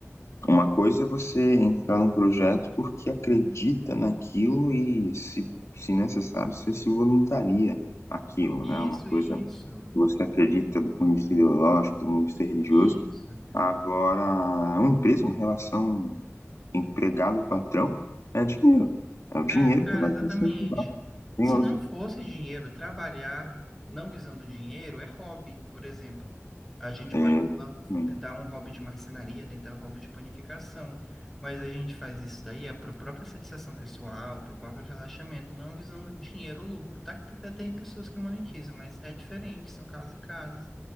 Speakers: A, on the left (about 70°); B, in the centre.
A: uma coisa é você entrar num projeto porque acredita naquilo e, se, se necessário, você se voluntaria aquilo,
B: Isso,
A: né? Uma coisa
B: isso,
A: que você acredita do ponto de vista ideológico, do ponto de vista religioso.
B: isso.
A: Agora, uma empresa, uma relação empregado patrão é dinheiro. É o
B: Ca-
A: dinheiro
B: Cara,
A: que vai
B: exatamente.
A: te incentivar. Tem
B: Se
A: outra.
B: não fosse dinheiro, trabalhar não visando dinheiro é hobby, por exemplo. A gente
A: É,
B: pode lan-
A: também.
B: tentar um hobby de marcenaria, tentar um hobby de panificação, mas a gente faz isso daí é para a própria satisfação pessoal, para o próprio relaxamento, não visando dinheiro ou lucro. Tá que até tem pessoas que monetizam, mas é diferente, são casos e casos.